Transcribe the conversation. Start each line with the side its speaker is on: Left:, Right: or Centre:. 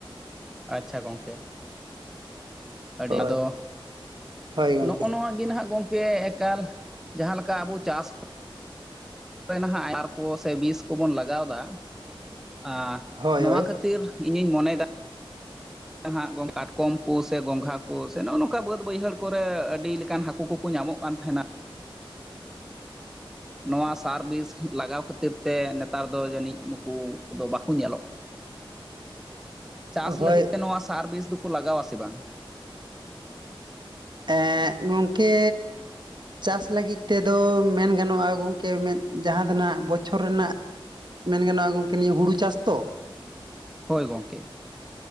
Centre: ᱟᱪᱪᱷᱟ ᱜᱚᱝᱠᱮ ᱟᱹᱰᱤ
Right: ᱦᱳᱭ
Centre: ᱟᱫᱚ
Right: ᱦᱳᱭ ᱜᱚᱝᱠᱮ
Centre: ᱱᱚᱜᱼᱚ ᱱᱚᱣᱟ ᱜᱮ ᱱᱟᱦᱟᱜ ᱜᱚᱝᱠᱮ ᱮᱠᱟᱞ ᱡᱟᱦᱟᱸ ᱞᱮᱠᱟ ᱟᱵᱚ ᱪᱟᱥ ᱠᱚ ᱱᱟᱦᱟᱜ ᱥᱟᱨ ᱠᱚ ᱥᱮ ᱵᱤᱥ ᱠᱚᱵᱚᱱ ᱞᱟᱜᱟᱣᱫᱟ ᱟ
Right: ᱦᱳᱭ
Centre: ᱱᱚᱣᱟ
Right: ᱦᱳᱭ
Centre: ᱠᱷᱟᱹᱛᱤᱨ ᱠᱷᱟᱹᱛᱤᱨ ᱤᱧᱤᱧ ᱢᱚᱱᱮ ᱮᱫᱟ ᱦᱟᱸᱜ ᱠᱟᱴᱠᱚᱢ ᱠᱚ ᱥᱮ ᱜᱚᱝᱜᱷᱟ ᱠᱚ ᱥᱮ ᱱᱚᱜᱼᱚ ᱱᱚᱝᱠᱟ ᱵᱟᱹᱫᱽ ᱵᱟᱹᱭᱦᱟᱹᱲ ᱠᱚᱨᱮ ᱟᱹᱰᱤ ᱞᱮᱠᱟᱱ ᱦᱟᱹᱠᱩ ᱠᱚ ᱧᱟᱢᱚᱜ ᱠᱟᱱ ᱛᱟᱸᱦᱮᱱᱟ ᱱᱚᱣᱟ ᱥᱟᱨ ᱵᱤᱥ ᱞᱟᱜᱟᱣ ᱠᱷᱟᱹᱛᱤᱨ ᱛᱮ ᱱᱮᱛᱟᱨ ᱫᱚ ᱡᱟᱹᱱᱤᱡ ᱱᱩᱠᱩ ᱫᱚ ᱵᱟᱠᱚ ᱧᱮᱞᱚᱜ ᱪᱟᱥ
Right: ᱦᱳᱭ
Centre: ᱞᱟᱹᱜᱤᱫ ᱛᱮ ᱱᱚᱣᱟ ᱥᱟᱨ ᱵᱤᱥ ᱫᱚᱠᱚ ᱞᱟᱜᱟᱣᱟ ᱥᱮ ᱵᱟᱝ
Right: ᱮ ᱜᱚᱝᱠᱮ ᱪᱟᱥ ᱞᱟᱹᱜᱤᱫ ᱛᱮᱫᱚ ᱢᱮᱱ ᱜᱟᱱᱚᱜᱼᱟ ᱜᱚᱢᱠᱮ ᱢᱮᱫ ᱡᱟᱦᱟᱸ ᱫᱚ ᱱᱟᱦᱟᱜ ᱵᱚᱪᱷᱚᱨ ᱨᱮᱱᱟᱜ ᱢᱮᱱ ᱜᱟᱱᱚᱜᱼᱟ ᱜᱚᱝᱠᱮ ᱱᱤᱭᱟᱹ ᱦᱩᱲᱩ ᱪᱟᱥ ᱛᱚ
Centre: ᱦᱳᱭ ᱜᱚᱝᱠᱮ